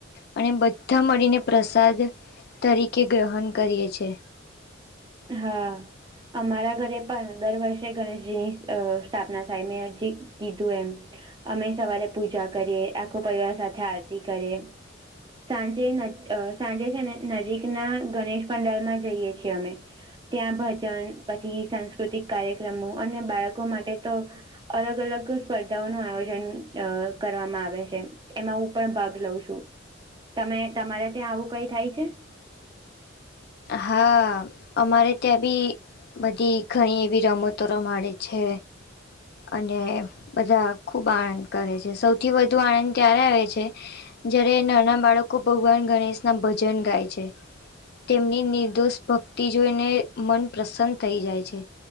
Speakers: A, on the left; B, on the right.
A: અને બધા મળીને પ્રસાદ તરીકે ગ્રહણ કરી છ છે.
B: હા. અમારા ઘરે પણ દર વર્ષે ગણેશજીની સ્થાપના થાય મેં હજી કીધું એમ અમે સવારે પૂજા કરીએ આખો પરિવાર સાથે આરતી કરીએ. સાંજે સાંજે છે ને નજીકના ગણેશ પંડાલમાં જઈએ છીએ અમે. ત્યાં ભજન પછી સાંસ્કૃતિક કાર્યક્રમો અને બાળકો માટે તો અલગ અલગ સ્પર્ધાઓ નું આયોજન અ કરવામાં આવે છે. એમાં હું પણ ભાગ લઉં છું તમે તમારે ત્યાં આવું કઈ થાય છે.
A: હા અમારે ત્યાં બી બધી ઘણી એવી રમતો રમાડે છે. અને બધા ખુબ આનંદ કરે છે સૌથી વધુ આનંદ ત્યારે આવે છે. જયારે નાના બાળકો ભગવાન ગણેશ ના ભજન ગાય છે તેમની નિર્દોષ ભક્તિ જોઈને મન પ્રસન થઈ જાય છે.